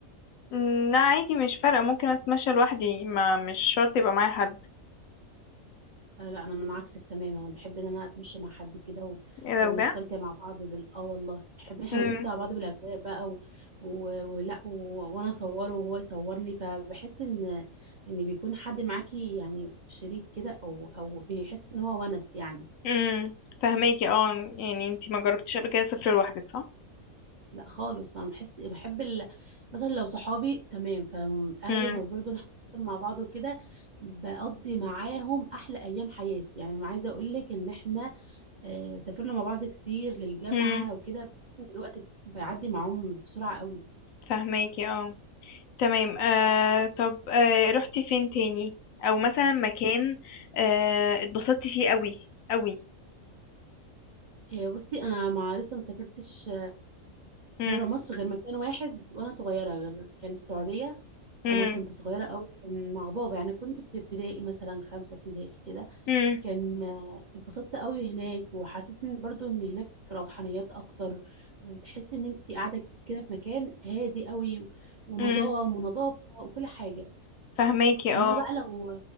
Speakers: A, on the left (about 70°); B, on the right (about 45°).
A: مم، لا عادي مش فارقة ممكن اتمشى لوحدي ما مش شرط يبقى معايا حد
B: آه، لا انا من عكسك تماما انا بحب ان انا اتمشى مع حد كده و...
A: ايه ده
B: ونستمتع
A: بجد
B: مع بعض بال اه والله بحب ان احنا
A: امم
B: نستمتع مع بعض بالاجواء بقى و... و... ولا و... وانا اصوره وهو يصورني فبحس ان ان بيكون حد معاكي يعني شريك كده او او بيحس ان هو ونس يعني
A: امم فهماكي اه يعني انتي ما جربتيش قبل كده سفر لوحدك صح
B: لا خالص انا بحس بحب ال... مثلا لو صحابي تمام فاهلي
A: امم
B: ما برضو نحتفل مع بعض وكده بقضي معاهم احلى ايام حياتي يعني عايزه اقول لك ان احنا آه، سافرنا مع بعض كتير للجامعه
A: امم
B: وكده بحس ان الوقت بيعدي معاهم بسرعه قوي
A: فهماكي اه تمام آه طب آه رحتي فين تاني او مثلا مكان آه اتبسطتي فيه قوي قوي
B: آه، بصي انا مع لسه ما سافرتش
A: امم
B: بره مصر غير مكان واحد وانا صغيره غير كان السعوديه
A: امم
B: وانا كنت صغيره قوي كان مع بابا يعني كنت في ابتدائي مثلا خمسه ابتدائي كده
A: امم
B: كان آه، اتبسطت قوي هناك وحسيت ان برضو ان هناك روحانيات اكتر وتحس ان انت قاعده كده في مكان هادي قوي ونظام
A: امم
B: ونظافه وكل حاجه
A: فهماكي اه
B: انما بقى لو